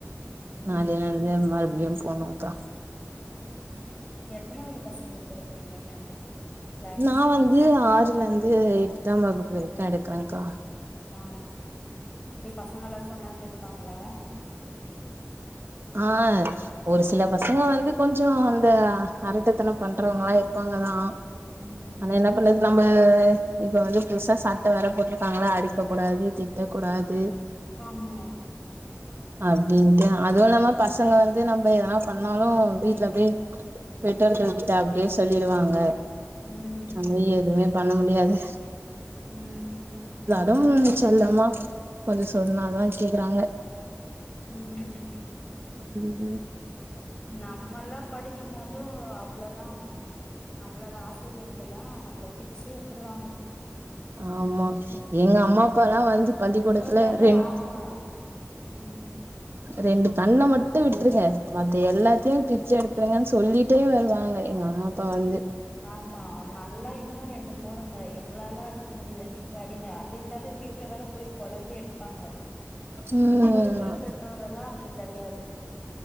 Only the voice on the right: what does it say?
நாளைலருந்து மறுப் டியும்ஸ் போனுங்க்கா
நா வந்து ஆறுலந்து எட் ட்டாம் வகுப்பு வெரிக்கு எடுக்குறங்க்கா
ஆ ஒரு சில பசங்க வந்து கொஞ்சோ அந்த அரட்டத்தனம் பண்றவங்களா இருப்பாங்கதா
ஆனா என்ன பண்ணுது நம்ப இப்ப வந்து புதுசா சட்டவேற போட்ருக்காங்களா அடிக்ககூடாது திட்டக்கூடாது
அப்டின்ட்டா அதுவு இல்லாம பசங்க வந்து நம்ப எதனா பண்ணாலு வீட்ல பேய் பெற்றோர்கள்கிட்ட அப்டியே சொல்லிடுவாங்க
நம்மே எதுமே பண்ண முடியாது
தா செல்லமா கொஞ்சோ சொன்னாதா கேக்குறாங்க
உம்
ஆமா எங்க அம்மா அப்பாலா வந்து பள்ளிக்கூடத்துல
ரெண்
ரெண்டு கண்ண மட்டு விட்ருங்க மத்த எல்லாத்யு பிச்சி எடுத்துருங்கன் சொல்லிட்டே வருவாங்க எங்க அம்மாப்பா வந்து
ம்